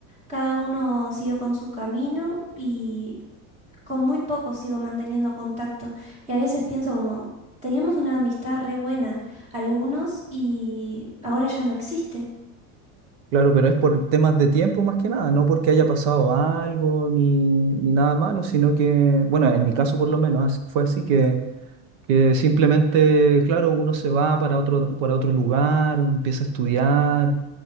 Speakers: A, on the right; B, on the right.
A: cada uno siguió con su camino y con muy pocos sigo manteniendo contacto y a veces pienso como, teníamos una amistad re buena, algunos, y ahora ya no existe.
B: Claro, pero es por temas de tiempo más que nada, no porque haya pasado algo ni, ni nada malo, sino que, bueno, en mi caso por lo menos as- fue así que, que simplemente, claro, uno se va para otro, para otro lugar, empieza a estudiar